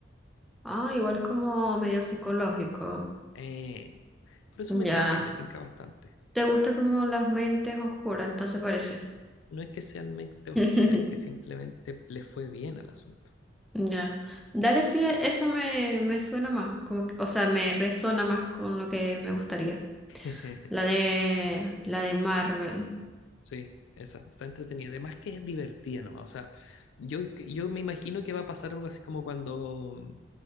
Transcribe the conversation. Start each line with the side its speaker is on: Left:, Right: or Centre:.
Centre: ah, igual como medio psicológico,
Left: Eh, por eso me
Centre: ya,
Left: tinca, me tinca bastante.
Centre: te gusta como las mentes oscuras, entonces parece.
Left: No es que sean mente oscura,
Centre: <laughs>
Left: es que simplemente le fue bien al asunto.
Centre: Ya. Dale, sí, e- eso me, me suena más, como que- o sea, me resona más con lo que me gustaría.
Left: <laughs>
Centre: La de, la de Marvel.
Left: Sí, esa, está entretenida. Además que es divertida nomás. O sea, yo, yo me imagino que va a pasar algo así como cuando mm,